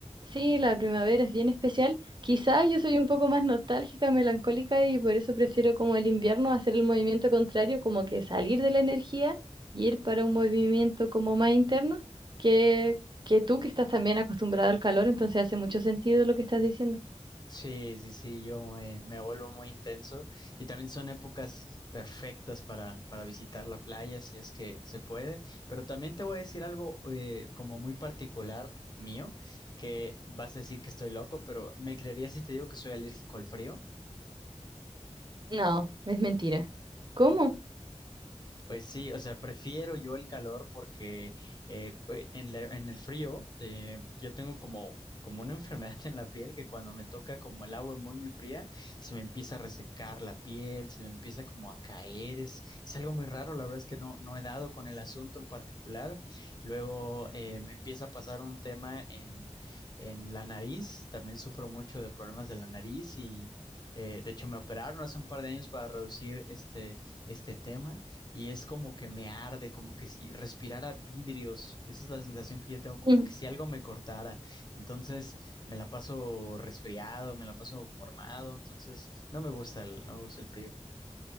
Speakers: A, on the right; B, on the left.
A: Sí, la primavera es bien especial. Quizá yo soy un poco más nostálgica, melancólica y por eso prefiero como el invierno hacer el movimiento contrario, como que salir de la energía y ir para un movimiento como más interno que, que tú que estás también acostumbrada al calor, entonces hace mucho sentido lo que estás diciendo.
B: Sí, sí, sí, yo eh, me, vuelvo muy intenso y también son épocas perfectas para, para visitar la playa si es que se puede, pero también te voy a decir algo eh, como muy particular mío, que vas a decir que estoy loco, pero ¿me creerías si te digo que soy alérgico al frío?
A: No, es mentira. ¿Cómo?
B: Pues sí, o sea, prefiero yo el calor porque eh, cu- eh, en, la- en el frío eh, yo tengo como, como una enfermedad <laughs> en la piel que cuando me toca como el agua muy, muy fría, se me empieza a resecar la piel, se me empieza como a caer, es, es algo muy raro, la verdad es que no, no he dado con el asunto en particular. Luego eh, me empieza a pasar un tema en, en la nariz, también sufro mucho de problemas de la nariz y... eh, de hecho, me operaron hace un par de años para reducir este, este tema y es como que me arde, como que si respirara vidrios. Esa es la sensación que yo tengo, como
A: <laughs>
B: que si algo me cortara. Entonces me la paso resfriado, me la paso mormado, entonces no me gusta el, no me gusta el frío.